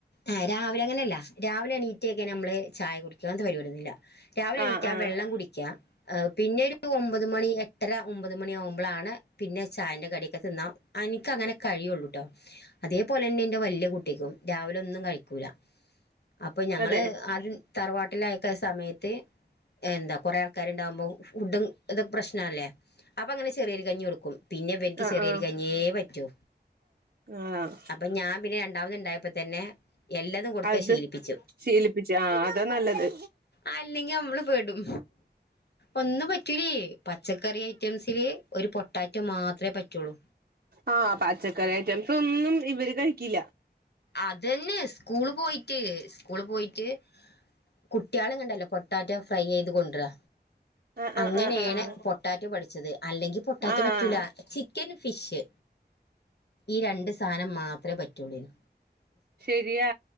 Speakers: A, on the left; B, on the right.
A: ആ രാവിലെ അങ്ങനെയല്ല രാവിലെ എണീറ്റ ഇങ്ങനെ നമ്മള് ചായ കുടിക്കാ അങ്ങനത്തെ പരിപാടിയൊന്നുവില്ല രാവിലെ എണീറ്റാ
B: ആഹ് ആഹ്
A: വെള്ളം കുടിക്കാ ഹ് പിന്നെ ഒരു ഒമ്പത് മണി എട്ടര ഒമ്പത് മണിയാവു മ്പളാണ് പിന്ന ചായൻ്റെ കടിയൊക്കെ തിന്നാം എനിക്കങ്ങനെ കഴിയുള്ളൂട്ടോ അതേ പോലന്നെൻ്റെ വല്യ കുട്ടിക്കും. രാവിലെ ഒന്നും കഴിക്കൂല അപ്പൊ ഞങ്ങള്
B: അതെ
A: ആരും തറവാട്ടിൽ അയ്ക്കാസമയ റ്റ് എന്താ കൊറേ ആൾക്കാരുണ്ടാകുമ്പോ ഫുഡും ഇതൊ പ്രശ്നല്ലേ അപ്പൊ അങ്ങനെ ചെറിയരി കഞ്ഞി കൊട് കും പിന്നെ ഇവൻക്ക്
B: ആഹ്
A: ചെറിയരികഞ്ഞിയേ
B: ആഹ്
A: പറ്റു
B: ആഹ്
A: അപ്പൊ ഞാൻ പിന്നെ രണ്ടാമത് ഇണ്ടായ പ്പം തന്നെ എല്ലതും കൊട്ത്ത
B: അത്
A: ശീലിപ്പിച്ചു
B: ശീലിപ്പിച്ച് ആഹ് അതാ നല്ലത്
A: അൽ ല്ലെങ്കി നമ്മള് പെടും ഒന്നും പറ്റൂലേ പച്ചക്കറി ഐറ്റംസില് ഒരു പൊട്ടാറ്റോ മാത്രേ പറ്റുള്ളൂ
B: ആഹ് പച്ചക്കറി ഐറ്റംസ് ഒന്നും ഇവര് കഴിക്കില്ല
A: അതന്നെ സ്കൂള് പോയിട്ട് സ്കൂള് പോയിട്ട് കുട്ട്യള് ങ്ങണ്ടല്ലോ പൊട്ടാറ്റൊ ഫ്രൈ ചെയ്ത് കൊണ്ടരാ
B: ആഹ് ആഹ്
A: അങ്ങനെയാണ്
B: ആഹ് ആഹ്
A: പൊട്ടാറ്റോ പഠി ച്ചത് അല്ലെങ്കിൽ പൊട്ടാറ്റൊ
B: ആഹ്
A: പറ്റൂല ചിക്കന് ഫിഷ് ഈ രണ്ട് സാധനം മാത്രേ പറ്റൊള്ളേനി
B: ശരിയാ